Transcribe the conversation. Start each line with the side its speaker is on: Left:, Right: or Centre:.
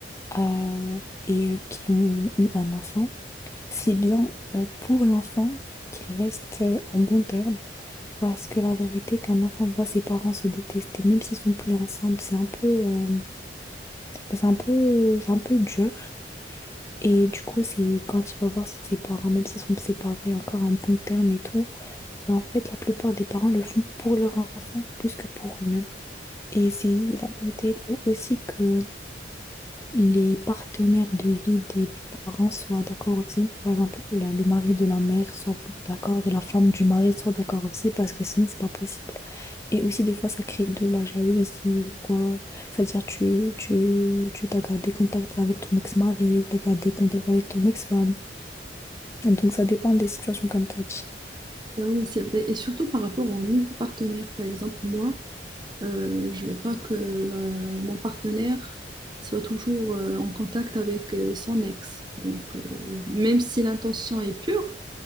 Left: euh, et euh, qui ont eu un enfant, c'est bien euh, pour l'enfant qu'il reste euh, en bon terme. Parce que la vérité, qu'un enfant voit ses parents se détester, même s'ils sont plus ensemble, c'est un peu, euh, c'est un peu, c'est un peu dur. Et du coup, c'est quand il va voir ses parents, même s'ils sont séparés encore en bon terme et tout, mais en fait, la plupart des parents le font pour leur enfant plus que pour eux-mêmes. Et c'est la vérité aussi que les partenaires de vie des parents soient d'accord aussi. Par exemple, la- le mari de la mère soit d'accord et la femme du mari soit d'accord aussi parce que sinon, c'est pas possible. Et aussi, des fois, ça crée de la jalousie ou quoi. C'est-à-dire, tu, tu, tu t'as gardé contact avec ton ex-mari ou t'as gardé contact avec ton ex-femme. Donc ça dépend des situations comme tu as dit.
Right: Ah oui, c'est vrai. Et surtout par rapport aux nouveaux partenaires. Par exemple, moi, euh, je veux pas que euh, mon partenaire soit toujours euh, en contact avec euh, son ex. Donc, euh, même si l'intention est pure,